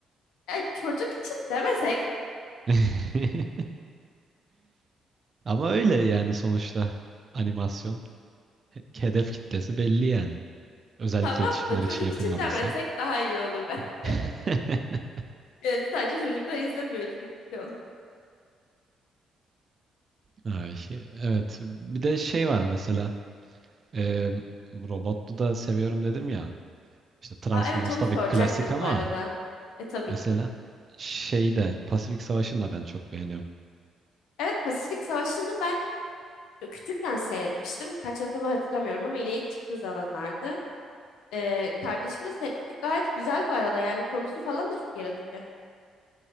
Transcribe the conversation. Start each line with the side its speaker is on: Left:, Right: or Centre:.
Left: E, çocuk için demesek
Right: <laughs> Ama öyle yani sonuçta animasyon hedef kitlesi belli yani. Özellikle
Left: tamam
Right: yetişkinler
Left: da çocuk
Right: için yapılmadıysa.
Left: için demesek daha iyi olur ben. <laughs>
Right: <laughs>
Left: Yani sadece çocuklar izlemiyor çünkü
Right: Ay, evet. Bir de şey var mesela. E, robotlu da seviyorum dedim ya. İşte Transformers
Left: Aa, evet onu
Right: tabii
Left: soracaktım
Right: klasik ama
Left: bu arada. E tabii
Right: mesela
Left: ki.
Right: şey de Pasifik Savaşı'nı da ben çok beğeniyorum.
Left: Evet Pasifik Savaşı'nı ben küçükken seyretmiştim. Kaç yapımı hatırlamıyorum ama yine ilk çıktığı zamanlardı. Ee, kardeşimle seyretmiştik. Gayet güzel bu arada yani konusu falan da çok yaratıcı.